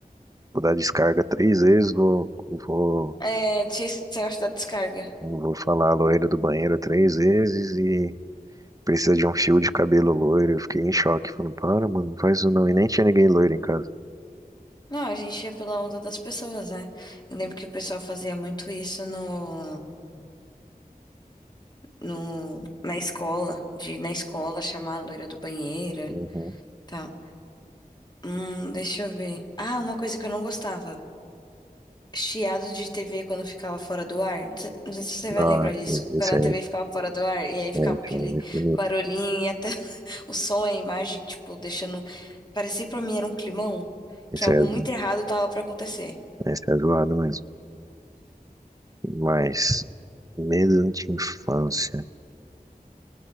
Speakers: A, on the right; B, on the left.
A: Vou dar descarga três vezes, vou, vou
B: É, tinha esse negócio da descarga.
A: Não vou falar a loira do banheiro três vezes e precisa de um fio de cabelo loiro. Eu fiquei em choque, falando, para, mano, não faz isso não. E nem tinha ninguém loiro em casa.
B: Não, a gente ia pela onda das pessoas, né? Eu lembro que o pessoal fazia muito isso no, no, na escola, de ir na escola chamar a loira do banheiro,
A: Uhum.
B: tal. Hum, deixa eu ver. Ah, uma coisa que eu não gostava. chiado de TV quando ficava fora do ar. Não sei, não sei se você
A: Nossa,
B: vai lembrar disso. Quando
A: esse
B: a
A: é,
B: TV ficava fora do ar e aí ficava
A: é, esse
B: aquele
A: é, esse
B: barulhinho e até <laughs> o som, a imagem, tipo, deixando. Parecia pra mim era um climão,
A: esse
B: que algo
A: é,
B: muito
A: zo-
B: errado tava pra acontecer.
A: esse é zoado mesmo. Mas, medo de infância.